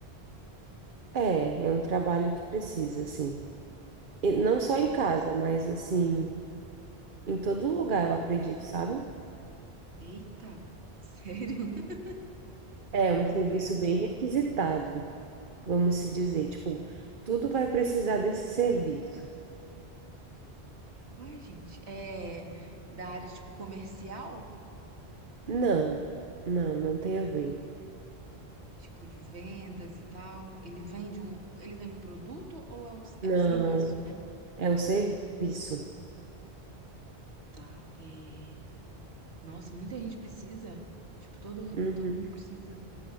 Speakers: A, on the right (about 50°); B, on the right (about 80°).
A: É, é um trabalho que precisa, assim. E não
B: De
A: só
B: uma-
A: em casa, mas, assim, em todo lugar, eu acredito, sabe?
B: Eita, sério? <laughs>
A: É um
B: Meu
A: serviço
B: Deus.
A: bem requisitado, vamos se dizer. Tipo, tudo vai precisar desse serviço.
B: Ué, gente, é da área tipo comercial,
A: Não, não, não tem a ver.
B: tipo de vendas e tal. Ele vende um, ele vende um produto ou é um, é
A: Não,
B: um serviço, né?
A: é um serviço.
B: Tá. É... Nossa, muita gente precisa. Tipo, todo mundo,
A: Uhum.
B: todo mundo precisa.